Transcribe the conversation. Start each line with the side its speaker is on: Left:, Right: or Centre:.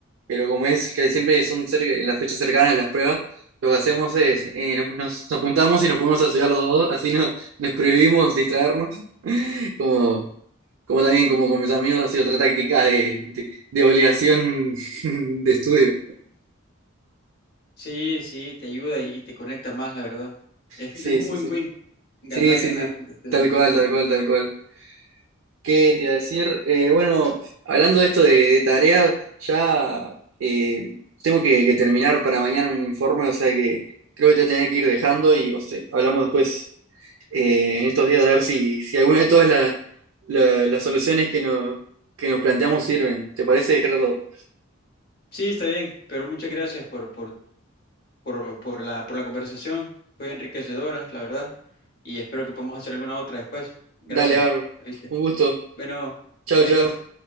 Right: pero como es que siempre son cerca- en las fechas cercanas las pruebas, lo que hacemos es
Left: Ujú.
Right: eh, nos, nos- nos juntamos y nos ponemos a estudiar los dos, así no, nos prohibimos distraernos, <laughs> como, como también como con mis amigos ha sido otra táctica de, de de obligación <laughs> de estudio.
Left: Sí, sí, te ayuda y, y te conecta más, la verdad. Es,
Right: Sí,
Left: que es un
Right: sí,
Left: win-win,
Right: sí.
Left: ganar,
Right: Sí, sí,
Left: ganar
Right: sí.
Left: de, de
Right: Tal
Left: los
Right: cual,
Left: dos.
Right: tal cual, tal cual. ¿Qué te iba a decir? Eh, bueno, hablando de esto de, de tareas, ya eh, tengo que, que terminar para mañana un informe, o sea que creo que te voy a tener que ir dejando y o sea, hablamos después eh, en estos días de ver si, si alguna de todas la- la- las soluciones que nos, que nos planteamos sirven. ¿Te parece, Gerardo?
Left: Sí, está bien, pero muchas gracias por, por, por, por la, por la conversación. Fue enriquecedora, la verdad. Y espero que podamos hacer alguna otra después.
Right: Dale,
Left: Gracias,
Right: a
Left: ¿viste?
Right: Un gusto.
Left: Bueno,
Right: Chao,
Left: adiós.
Right: chao.